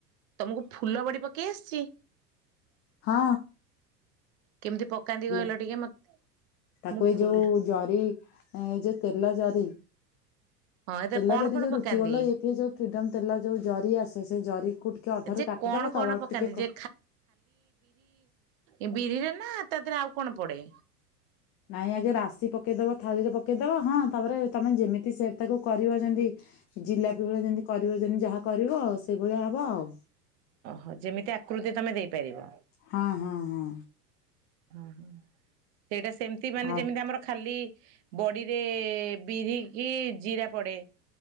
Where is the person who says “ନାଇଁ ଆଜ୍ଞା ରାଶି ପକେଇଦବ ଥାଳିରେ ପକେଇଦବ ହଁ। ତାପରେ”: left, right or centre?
Left